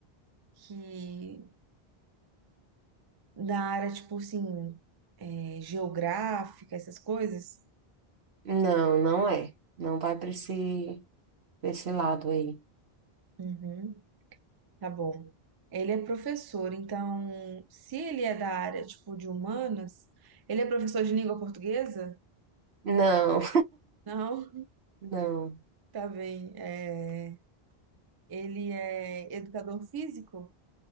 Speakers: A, on the right (about 35°); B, on the right (about 80°).
A: que na área, tipo assim, é, geográfica, essas coisas?
B: Não, não é. Não vai para esse, pra esse lado aí.
A: Uhum. Tá bom. Ele é professor, então, se ele é da área, tipo, de humanas, ele é professor de língua portuguesa?
B: Não.
A: Não,
B: Não,
A: tá bem. É, ele é educador físico?